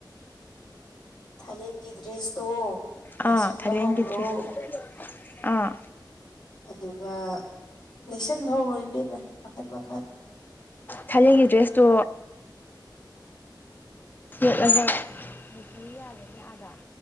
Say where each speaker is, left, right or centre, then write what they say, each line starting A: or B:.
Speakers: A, on the left; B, on the left.
A: ꯊꯥꯏꯂꯦꯟꯒꯤ ꯗ꯭ꯔꯦꯁꯇꯣ ꯂꯩꯁꯟꯕ
B: ꯑꯥ ꯊꯥꯏꯂꯦꯟꯒꯤ
A: ꯍꯧꯔꯣ
B: ꯗ꯭ꯔꯦꯁ ꯑꯥ
A: ꯑꯗꯨꯒ ꯂꯩꯁꯟꯕ ꯍꯧꯔꯣ ꯏꯕꯦꯝꯃ ꯃꯈꯟ ꯃꯈꯟ
B: ꯊꯥꯢꯂꯦꯟꯒꯤ ꯗ꯭ꯔꯦꯁꯇꯣ ꯁꯦꯠꯂꯒ ꯅꯩꯊꯔꯨ ꯌꯥꯔꯦꯅꯦ ꯑꯥꯗ